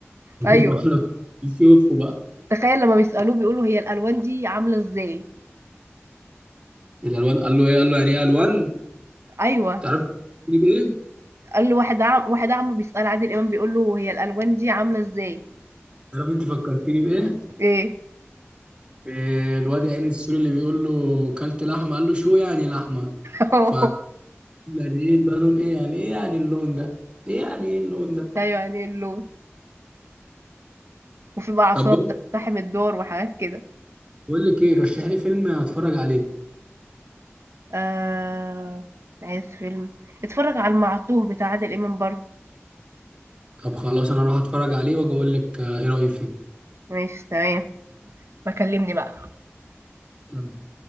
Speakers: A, on the right; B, on the right.
A: <laughs>
B: أيوة
A: لو بيشوفوا بقى
B: تخيل لما بيسألوه بيقولوا هي الألوان دي عاملة ازاي
A: الالوان قال له ايه قال له يعني ايه الوان
B: أيوة
A: تعرف تجيب ايه؟
B: قال له واحد عم واحد عمه بيسأل عادل إمام بيقول له هي الألوان دي عاملة ازاي
A: تعرف انت فكرتني بايه؟
B: ايه
A: إيه الواد يا عيني السوري اللي بيقول له كلت لحمه قال له شو يعني لحمه؟
B: <laughs>
A: ف يعني ايه ده لون ايه يعني ايه يعني اللون ده؟ ايه يعني ايه اللون ده؟
B: أيوة يعني اللون وفي بقى عصابة
A: طب بقول
B: بتقتحم الدور وحاجات كده
A: بقول لك ايه رشح لي فيلم اتفرج عليه
B: آه... عايز فيلم اتفرج على المعطوه بتاع عادل إمام برضه
A: طب خلاص انا اروح اتفرج عليه واجي اقول لك آه، ايه رايي فيه
B: ماشي تمام بكلمني بقى
A: يلا.